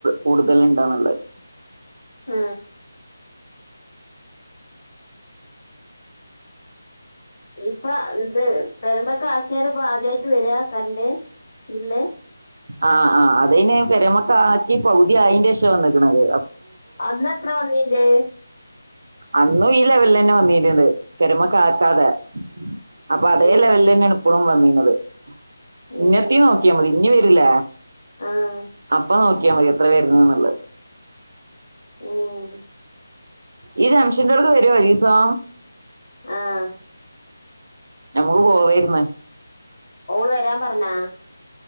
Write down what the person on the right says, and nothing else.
കൂടുതലുണ്ടോന്നുള്ളത്
ആ ആ അതെന്നെ പെരമക്കാക്കി പൗതിആയതിന്റെശേഷം റ്റ് വന്നേക്കണത്
അന്നും ഈ ലെവലിൽ തന്നെ വന്നിരുന്നത് പെരുമ ക്കാക്കാതെ അപ്പൊഅതേലെവലില്
തന്നെയാണ് ഇപ്പോഴും വന്നീന്നത്
ഇങ്ങെത്തീനോക്കിയാൽ മതി ഇനിവരൂല
അപ്പനോക്കി യാമതി എത്ര പ
ഈ ജംഷൻകാരോട് വരുവോ വരീസാ
നമുക്ക് പോവേര്ന്ന്